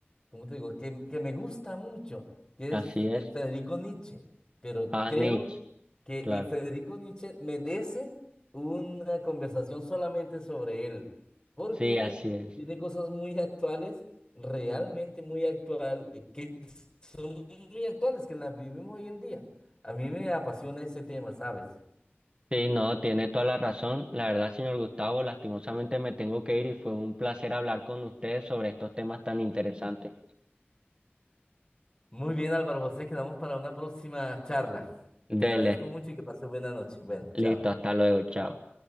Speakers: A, on the left; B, on the right.
A: ¿cómo te digo? Que, que me gusta mucho, que
B: Así
A: es
B: es.
A: eh, Federico Nietzsche. Pero
B: Ah,
A: creo
B: Nietzsche,
A: que
B: claro.
A: eh, Federico Nietzsche merece una conversación solamente sobre él, porque
B: Sí, así es.
A: tiene cosas muy actuales, realmente muy actual, eh, que son muy actuales, que las vivimos hoy en día. A mí me apasiona ese tema, ¿sabes?
B: Sí, no, tiene toda la razón. La verdad, señor Gustavo, lastimosamente me tengo que ir y fue un placer hablar con ustedes sobre estos temas tan interesantes.
A: Muy bien, Álvaro José, quedamos para una próxima charla. Te
B: Dele,
A: agradezco mucho y que pases buena noche. Bueno,
B: listo,
A: chao.
B: hasta luego, chao.